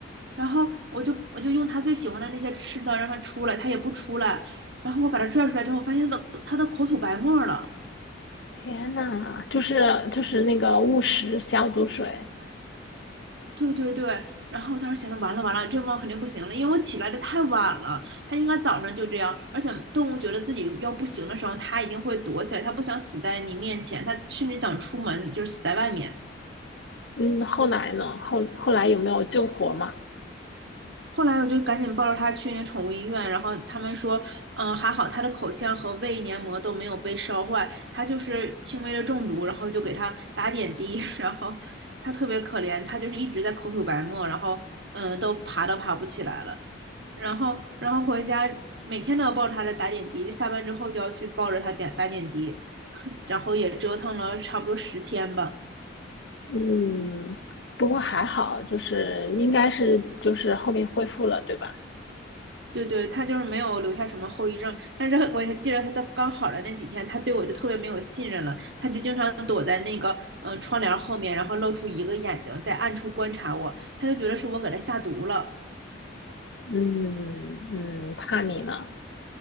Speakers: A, on the right; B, on the left.
A: 然后我就我就用它最喜欢的那些吃的让它出来，它也不出来。然后我把它拽出来之后，发现它的它的口吐白沫了。
B: 天呐，就是就是那个误食消毒水。
A: 对对对，然后我当时想着完了完了，这猫肯定不行了，因为我起来的太晚了，它应该早上就这样。而且动物觉得自己要不行的时候，它一定会躲起来，它不想死在你面前，它甚至想出门，就是死在外面。
B: 嗯，后来呢？后后来有没有救活嘛？
A: 后来我就赶紧抱着它去那宠物医院，然后他们说，嗯，还好它的口腔和胃黏膜都没有被烧坏，它就是轻微的中毒，然后就给它打点滴，<laughs> 然后它特别可怜，它就是一直在口吐白沫，然后嗯，都爬都爬不起来了。然后然后回家每天都要抱着他来打点滴，就下班之后就要去抱着他点打点滴，<laughs> 然后也折腾了差不多十天吧。
B: 嗯，不过还好，就是应该是就是后面恢复了，对吧？
A: 对对，他就是没有留下什么后遗症，但是我还记得他的刚好的那几天，他对我就特别没有信任了，他就经常躲在那个嗯、呃窗帘后面，然后露出一个眼睛，在暗处观察我，他就觉得是我给他下毒了。
B: 嗯嗯，怕你呢。